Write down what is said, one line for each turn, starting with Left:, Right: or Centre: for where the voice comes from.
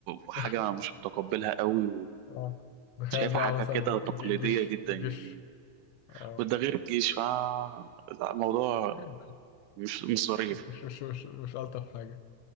Right: وحاجه
Left: <laughs>
Right: مش متقبلها قوي
Left: اه. تخيل
Right: وشايفها
Left: بقى
Right: حاجه
Left: مثلا
Right: كده تقليديه
Left: الج- الجيش
Right: جدا
Left: الجيش
Right: يعني
Left: اه
Right: وده غير الجيش ف لا، الموضوع
Left: <laughs>
Right: مش مش ظريف
Left: مش مش مش مش ألطف حاجة